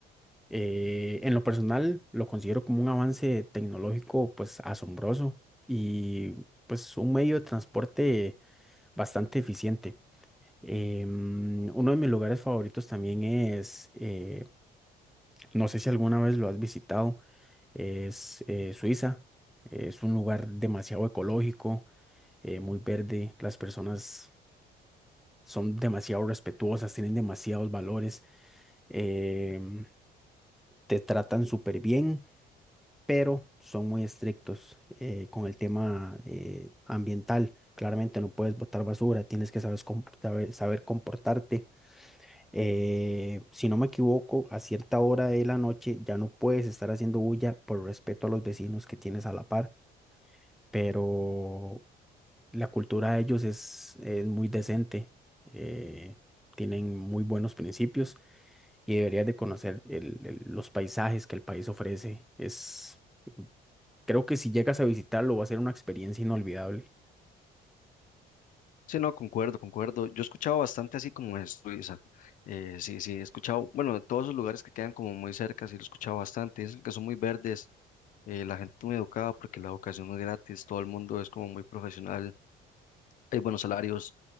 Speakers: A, in the centre; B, on the left.
A: Eh, en lo personal, lo considero como un avance tecnológico pues asombroso y pues un medio de transporte bastante eficiente. Em, uno de mis lugares favoritos también es, eh, no sé si alguna vez lo has visitado, es eh, Suiza. Es un lugar demasiado ecológico eh, muy verde, las personas son demasiado respetuosas, tienen demasiados valores, em, te tratan súper bien, pero son muy estrictos eh, con el tema eh, ambiental. Claramente no puedes botar basura, tienes que sabes com- sabe- saber comportarte. Eh, si no me equivoco, a cierta hora de la noche ya no puedes estar haciendo bulla por respeto a los vecinos que tienes a la par, pero La cultura de ellos es, es muy decente, eh, tienen muy buenos principios y deberías de conocer el- el- los paisajes que el país ofrece. Es, creo que si llegas a visitarlo va a ser una experiencia inolvidable.
B: Sí, no, concuerdo, concuerdo. Yo he escuchado bastante así como es Suiza. Eh, sí, sí, he escuchado, bueno, de todos esos lugares que quedan como muy cerca, sí lo he escuchado bastante. Dicen que son muy verdes, eh, la gente muy educada porque la educación no es gratis, todo el mundo es como muy profesional, hay buenos salarios,